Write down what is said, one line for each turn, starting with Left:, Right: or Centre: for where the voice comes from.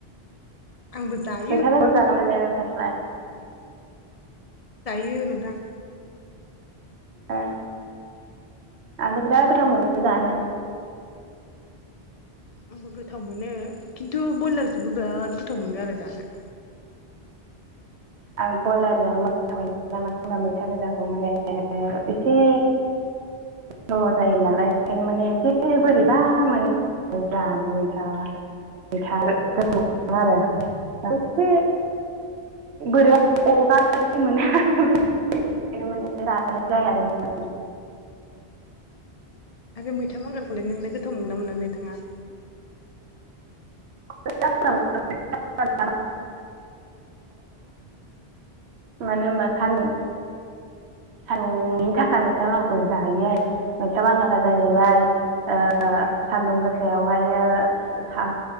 Left: आंबो जायो
Right: मैथा गोजाखौ जागोनना जाया नोंथांलाय
Left: जायो नोंथां
Right: ए आंथ बिराद गोथाव मोनो जानो
Left: आंबो गोथाव मोनो खिन्थु ब्रयलारजोंबो बिराद गोथाव मोनो आरो जानो
Right: आं ब्रयलारजों म मानो होनबा मैथा गोजाखौ माने एसे द' जायो नालाय ओंखायनो माने एसे बोरैबा माने जानो मथाैथा आरो <unintelligible> बोरोब अगार मोनो बेखायनो माने रानाय जाया आरो <unintelligible>
Left: आरो मैथा बांगारखौलाय नोंनो गोथाव मोनोना मोना नोंथाङा
Right: <unintelligible> मानो होनबा सान्दुं थांनि थाखाय मैथा बांगालखौ जायो आरो मैथा बांगाला जाहैबाय ओ सान्दुं गोसायावहायो सा